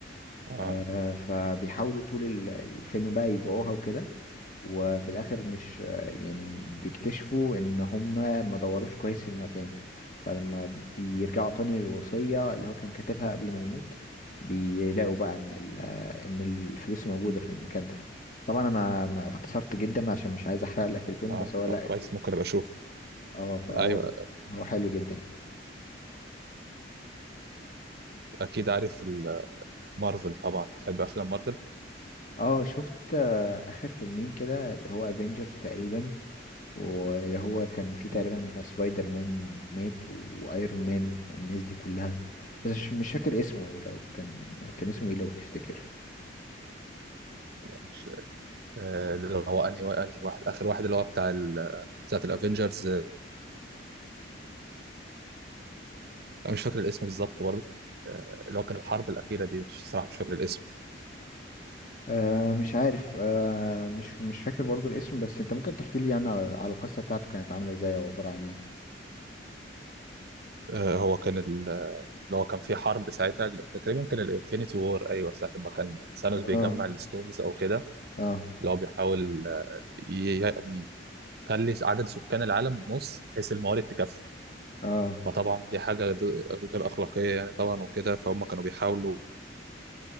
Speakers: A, on the right (about 55°); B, on the left (about 40°).
A: اه
B: آه، فبيحاولوا طول ال- الفيلم بقى يبيعوها وكده وفي الاخر مش آه، يعني بيكتشفوا ان هم ما دوروش كويس في المكان فلما بيرجعوا تاني للوصية اللي هو كان كاتبها قبل ما يموت بيلاقوا بقى ان ال- آه، ان الفلوس موجودة في المكان ده طبعا انا ما اختصرت جدا عشان مش عايز احرق لك الفيلم
A: اه
B: بس هو لا
A: طب كويس ممكن ابقى اشوف
B: اه فهو
A: ايوه
B: هو حلو جدا يعني
A: اكيد عارف ال- مارفل طبعا بتحب افلام مارفل
B: اه شفت آه، اخر فيلمين كده اللي هو افنجرز تقريبا واللي هو كان في تقريبا
A: آه.
B: سبايدر مان مات وايرون مان والناس دي كلها بس مش مش فاكر اسمه لو كان كان اسمه ايه لو تفتكر
A: مش آه، اللي هو انهي وا- انهي واحد اخر واحد اللي هو بتاع ال... بتاعت الافينجرز آه، انا مش فاكر الاسم بالظبط برضه آه، اللي هو كان الحرب الاخيره دي مش صراحه مش فاكر الاسم
B: آه مش عارف آه مش مش فاكر برضو الاسم بس انت ممكن تحكي لي يعني على, على القصة بتاعته كانت عاملة ازاي او عبارة عن ايه
A: آه، هو كان ال- اللي هو كان في حرب ساعتها تقريبا كان الانفينيتي وور ايوه ساعه ما كان ثانوس
B: اه
A: بيجمع الستونز او كده
B: اه
A: اللي هو بيحاول آه، ي- يعني يخلي عدد سكان العالم نص بحيث الموارد تكفي
B: اه
A: فطبعا دي حاجة د- غير أخلاقية يعني طبعا وكده فهم كانوا بيحاولوا